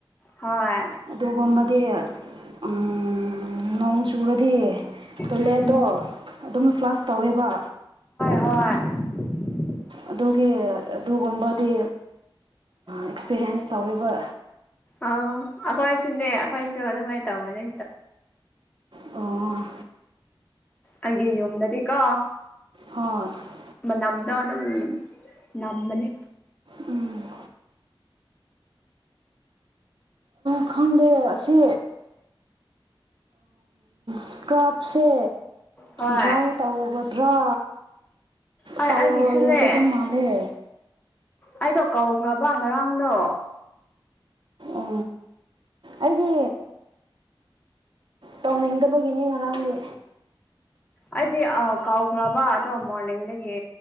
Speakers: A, on the left (about 15°); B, on the right (about 65°).
A: ꯍꯣꯏ
B: ꯑꯗꯨꯒꯨꯝꯕꯗꯤ ꯎꯝ ꯅꯣꯡ ꯆꯨꯔꯗꯤ ꯇꯣꯏꯂꯦꯠꯇꯣ
A: ꯎꯝ
B: ꯑꯗꯨꯝ ꯐ꯭ꯂꯥꯁ ꯇꯧꯋꯦꯕ
A: ꯏ
B: ꯑꯗꯨꯒꯤ ꯑꯗꯨꯒꯨꯝꯕꯗꯤ ꯑꯦꯛꯁꯄꯤꯔꯤꯟꯁ ꯇꯧꯔꯤꯕ
A: ꯑ ꯑꯩꯈꯣꯏꯁꯨꯅꯦ ꯑꯩꯈꯣꯏꯁꯨ ꯑꯗꯨꯃꯥꯏꯅ ꯇꯧꯕꯅꯦ
B: ꯑꯣ
A: ꯑꯩꯒꯤꯦ ꯌꯨꯝꯗꯗꯤꯀ
B: ꯍꯣꯏ
A: ꯃꯅꯝ ꯑ ꯑꯗꯨꯝ ꯅꯝꯕꯅꯤ
B: ꯎꯝ ꯈꯪꯗꯦ ꯑꯁꯤ ꯏꯁꯀ꯭ꯔꯥꯞꯁꯦ
A: ꯍꯣꯏ
B: ꯗ꯭ꯔꯥꯏ ꯇꯧꯒꯗ꯭ꯔꯥ
A: ꯑꯩ
B: ꯇꯧꯔꯣꯏꯒꯗꯕ
A: ꯑꯩꯒꯤꯁꯨꯅꯦ
B: ꯃꯥꯜꯂꯦ
A: ꯑꯩꯗꯣ ꯀꯧꯈ꯭ꯔꯕ ꯉꯔꯥꯡꯗꯣ
B: ꯎ ꯑꯩꯗꯤ ꯇꯧꯅꯤꯡꯗꯕꯒꯤꯅꯤ ꯉꯔꯥꯡꯗꯤ
A: ꯑꯩꯗꯤ ꯀꯧꯈ꯭ꯔꯕ ꯑꯗꯣ ꯃꯣꯔꯅꯤꯡꯗꯒꯤ